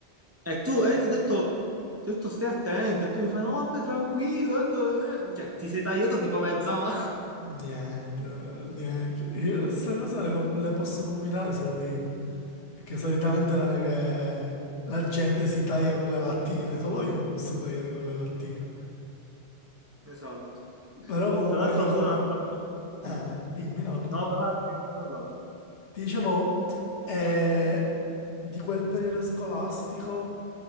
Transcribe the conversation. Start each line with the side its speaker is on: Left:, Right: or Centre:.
Right: E tu, e ti ho detto, ti ho detto stai attento, e tu mi fai, no, vabbè, tranquillo, tanto, eh". Cioè, ti sei tagliato tipo mezza mano. <laughs>
Left: Niente, niente. Io questa cosa le, com- le posso combinare solo io. Perché solitamente
Right: Mm,
Left: non è che la gente si taglia con le lattine, solo io mi posso tagliare con le lattine.
Right: esatto.
Left: Però comunque
Right: Tra l'altro
Left: dico,
Right: pure un'altra cosa.
Left: eh,
Right: Mm.
Left: dimmi, no, dimmi
Right: No,
Left: tu.
Right: vabbè, vai, vai, che non ne hai parlato.
Left: Ti dicevo, eh, di quel periodo scolastico,